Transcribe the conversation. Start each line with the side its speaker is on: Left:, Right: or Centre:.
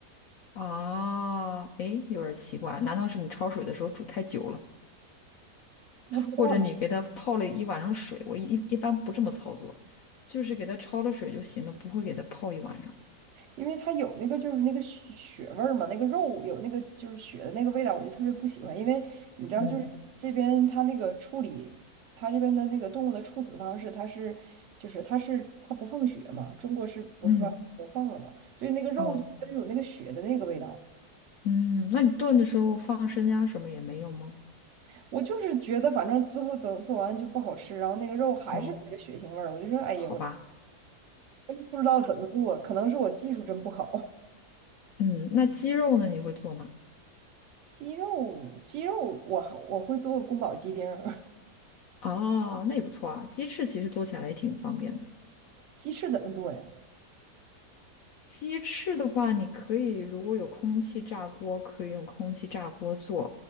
Left: 啊，诶，有点奇怪，难道是你焯水的时候煮太久了，
Right: <laughs> 不知道。
Left: 或者你给它泡了一晚上水？我一一一般不这么操作，就是给它焯了水就行了，不会给它泡一晚上。
Right: 因为它有那个就是那个血血味儿嘛，那个肉有那个就是血的那个味道，我就特别不喜欢。因为你知道，
Left: 嗯
Right: 就是这边它那个处理，它这边的那个动物的处死方式，它是就是它是它不放血嘛，中国是不是把都放了嘛？
Left: 嗯，
Right: 所以那个肉就它就有那个血的那个味道。
Left: 哦，嗯，那你炖的时候放生姜什么也没用吗？
Right: 我就是觉得反正最后做做完就不好吃，然后那个肉还是有那个血腥味儿，
Left: 哦，
Right: 我就说哎呀，
Left: 好吧。
Right: 我真不知道怎么做，可能是我技术真不好。<laughs>
Left: 嗯，那鸡肉呢？你会做吗？
Right: 鸡肉，鸡肉我我会做宫保鸡丁儿。
Left: 哦，那也不错啊。鸡翅其实做起来也挺方便的。
Right: 鸡翅怎么做呀？
Left: 鸡翅的话，你可以如果有空气炸锅，可以用空气炸锅做；